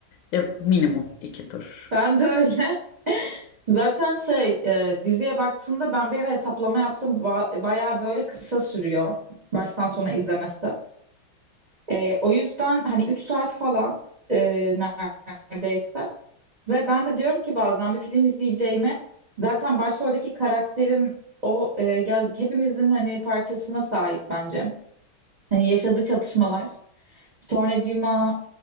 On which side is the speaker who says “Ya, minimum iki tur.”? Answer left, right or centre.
Left